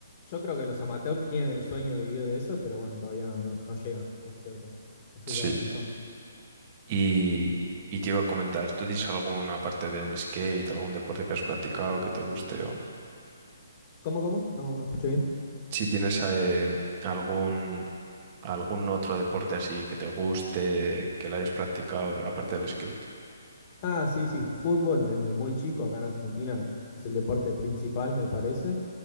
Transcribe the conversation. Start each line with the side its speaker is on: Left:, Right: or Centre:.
Left: yo creo que los amateurs tienen el sueño de vivir de eso, pero bueno, todavía no, no- no llegan, por cierto, por cierta
Right: Sí.
Left: razón.
Right: Y, y te iba a comentar, ¿tú tienes alguna parte del skate, algún deporte que has practicado que te guste? O
Left: ¿Cómo, cómo? No, no escuché bien.
Right: si tienes eh, algún, algún otro deporte así que te guste, que lo hayas practicado, aparte del skate.
Left: Ah, sí, sí, fútbol desde muy chico acá en Argentina es el deporte principal, me parece,